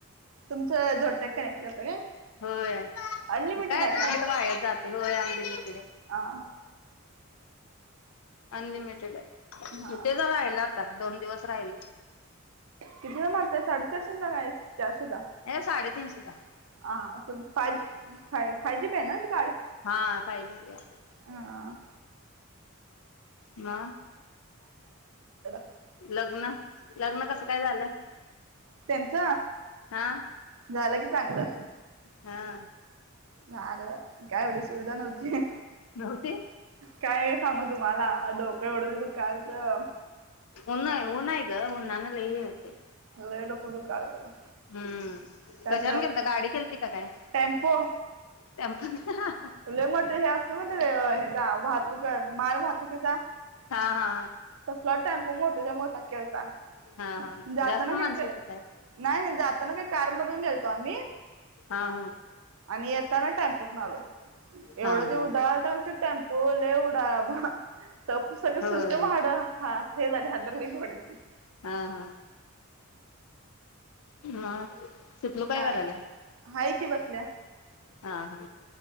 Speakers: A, on the right; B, on the left.
A: तुमचं जोडतं कनेक्ट करत काय?
B: होय
A: अनलिमिटेड
B: काय
A: आहे
B: तर
A: का
B: नेट वाय जात <unintelligible>
A: हा हा
B: अनलिमिटेड हाय. किती
A: हा हा
B: तर राहिलं आता, दोन दिवस राहिले.
A: कितीला मारताय साडेचारशेचा काय चारशेचा
B: हे साडेतिनशे <inaudible>
A: <unintelligible> फाय जिबी हाय ना कार्ड
B: हा पाहिजे घ्या
A: हा
B: मग
A: <unintelligible>
B: लग्न लग्न कसं काय झालं?
A: त्यांच
B: हा
A: झालं कि चांगलं
B: हा
A: झालं, काय एवढी सुविधा नव्हती.
B: नव्हती
A: काय सांग तुम्हाला डोक एवढंच कालचं
B: ऊन हाय ऊन हाय ग उन्हानं नाही होते.
A: लय डोकं दुखालतं बघ
B: हम्म
A: त्यात
B: कशाने गेलता? गाडी केलती का काय?
A: टेम्पो
B: टेम्पोनं
A: लय मोठे हे असते म्हणते ह्याजा वाहतूक माल वाहतुकीचा
B: हा हा
A: तसला टॅम्पो मोठाच्या मोठा जातना
B: हा हा जास्त माणसं
A: काय
B: होती
A: नाही नाही जातना काय गेलतो आम्ही
B: हा हा
A: आणि येताना टेम्पो मलो <unintelligible> एवढं
B: हा
A: जे उदळालंत
B: हा
A: तो टेम्पो लै उडा बा सगळ
B: होय
A: सिस्टम हड हा हे झाले तुमही परस <unintelligible>
B: हा हा. हा. शितलू काय
A: का
B: करायलीया.
A: हाय बसल्या
B: हा हा.